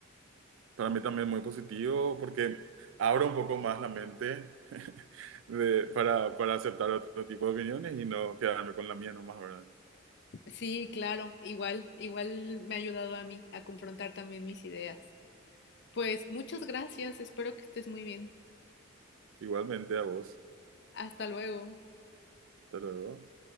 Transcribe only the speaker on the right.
Para mí también muy positivo porque abre un poco más la mente <laughs> de- para, para aceptar otro tipo de opiniones y no quedarme con la mía nomás, ¿verdad?
Igualmente a vos.
Hasta luego.